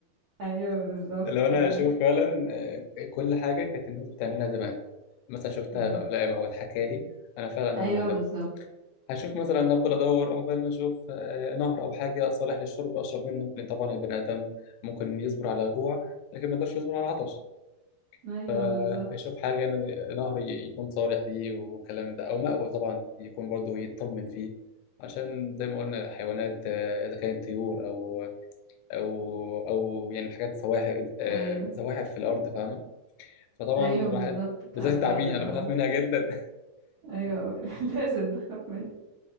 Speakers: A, on the right (about 70°); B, on the left (about 90°).
A: ايوه بالظبط
B: <laughs> لو انا
A: يعني
B: اشوف فعلا آه، كل حاجه كانت الناس بتعملها زمان مثلا شفتها
A: مم.
B: في افلام او اتحكى لي انا فعلا
A: ايوه
B: هعمل ده
A: بالظبط
B: هشوف مثلا أنا افضل ادور عقبال ما اشوف آه، نهر او حاجه صالح للشرب اشرب منه لان طبعا البني ادم ممكن يصبر على جوع لكن ما يقدرش يصبر على عطش
A: ايوه
B: فهيشوف
A: بالظبط
B: حاجه يعني نهر ي- يكون صالح ليه والكلام ده او مأوى طبعا يكون برضه يطمن فيه عشان زي ما قلنا حيوانات آه، اذا كانت طيور او او او يعني حاجات سواحل آه،
A: ايوه
B: زواحف في الارض فاهمه فطبعا
A: ايوه
B: الواحد
A: بالظبط تعبان
B: بالذات التعابين انا
A: بقى
B: بخاف منها جدا
A: ايوه <laughs> لازم نخاف منه.